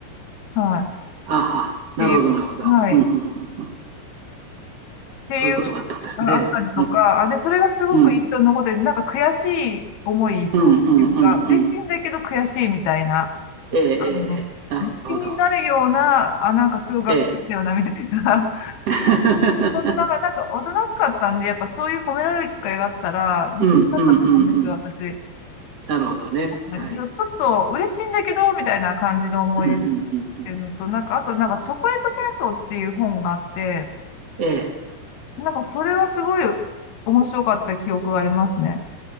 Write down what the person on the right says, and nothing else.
ああは、なるほど、
なるほど。
うんうんうんうん。
そういうことがあったんですね。
うん、
うん、
うん、うん、うんうん。
ええ、ええ、
ええなるほど。
ええ。
<laughs>
うん、うん、うん、うん。
なるほどね。
はい。
うん、うん、うん、うん。
ええ、